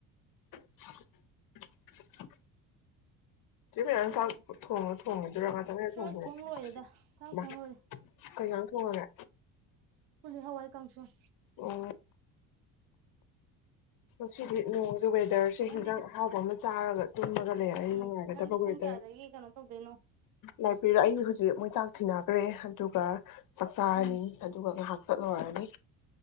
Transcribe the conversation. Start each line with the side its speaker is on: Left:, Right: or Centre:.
Left: <unintelligible> ꯆ‌ꯦ ꯕꯤꯅ ꯅꯪ ꯆꯥꯛ ꯊꯣꯡꯉ ꯊꯣꯡꯒꯤꯗ‌ꯣꯏꯔ‌ꯣ ꯉꯥꯇꯪ ꯂꯩꯔ
Right: ꯆꯥꯛ
Left: ꯊꯣꯡꯗ‌ꯣꯏꯔ‌ꯣ
Right: ꯊꯣꯡ ꯂꯣꯏꯔꯦꯗ ꯆꯥꯛ
Left: ꯏꯃꯥ
Right: ꯊꯣꯡ ꯂꯣꯏꯔꯦ
Left: ꯀꯩ ꯖꯥꯡ ꯊꯣꯡꯉꯒꯦ
Right: ꯈ‌ꯣꯏꯗꯤ ꯍꯋꯥꯏ ꯀꯥꯡꯁꯣꯏ
Left: ꯑꯣ ꯉꯁꯤꯗꯤ ꯅꯣꯡꯖ‌ꯦ ꯋꯦꯗꯔ ꯁꯦ
Right: ꯅꯪꯗꯤ
Left: ꯍꯤꯟꯖꯥꯡ ꯑꯍꯥꯎꯕ ꯑꯃ ꯆꯥꯔꯒ ꯇꯨꯝꯃꯒ ꯂꯩꯔꯗꯤ
Right: ꯎꯝ
Left: ꯅꯨꯡꯉꯥꯏꯒꯗꯕꯒꯤ
Right: ꯅꯪꯗꯤ ꯄꯨꯡ
Left: ꯋ‌ꯦꯗꯔꯅꯤ
Right: ꯀꯌꯥꯗꯒꯤ ꯀꯩꯅꯣ ꯇꯧꯗꯣꯏꯅꯣ
Left: ꯂꯥꯛꯄꯤꯔꯣ ꯑꯩ ꯍꯧꯖꯤꯛ ꯃꯣꯏ ꯆꯥꯛ ꯊꯤꯟꯅꯒ꯭ꯔꯦ ꯑꯗꯨꯒ ꯆꯥꯛꯆꯥꯔꯅꯤ
Right: ꯎꯝ
Left: ꯑꯗꯨꯒ ꯉꯥꯏꯍꯥꯛ ꯆꯠꯂꯨꯔꯅꯤ